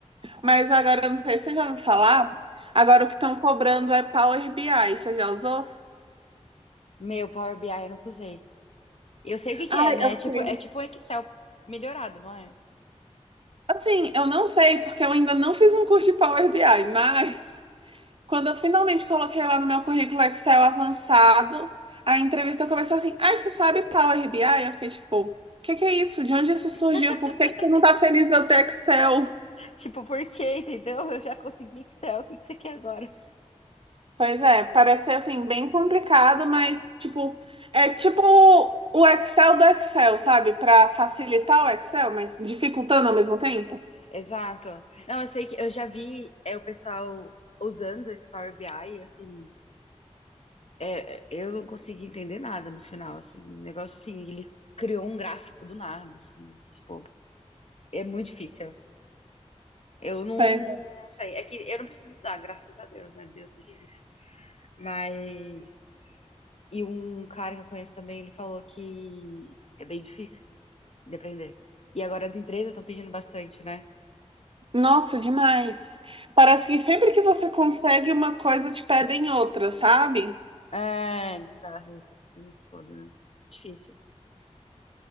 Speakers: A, on the right; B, on the left.
A: Mas agora eu não sei se você já ouviu falar. Agora o que estão cobrando é Power BI. Você já usou?
B: Meu, Power BI eu nunca usei. Eu sei o que que
A: Ai,
B: é, né?
A: eu
B: Tipo,
A: fiquei.
B: é tipo um Excel melhorado, não é?
A: Assim, eu não sei, porque eu ainda não fiz um curso de Power BI, mas Quando eu finalmente coloquei lá no meu currículo Excel avançado, a entrevista começou assim: ai, você sabe Power BI? Eu fiquei tipo, o que que é isso? De onde isso surgiu?
B: <laughs>
A: Por que que você não tá feliz de eu ter Excel?
B: Tipo, por quê, entendeu? Eu já consegui Excel, o que que você quer agora?
A: Pois é, parece ser assim, bem complicado, mas tipo, é tipo o Excel do Excel, sabe? Para facilitar o Excel, mas dificultando ao mesmo tempo.
B: Exato. Não, eu sei que eu já vi é, o pessoal usando esse Power BI, assim, é, é, eu não consegui entender nada no final, assim, o negócio assim, ele criou um gráfico do nada, assim, tipo, é muito difícil. Eu não,
A: Pois
B: não
A: é.
B: sei, é que eu não preciso usar, graças a Deus, né? Deus me livre. Mas, e um cara que eu conheço também, ele falou que é bem difícil de aprender. E agora as empresas estão pedindo bastante, né?
A: Nossa, demais. Parece que sempre que você consegue uma coisa, te pedem outra, sabe?
B: É, bizarro isso, assim, foda, né? Difícil.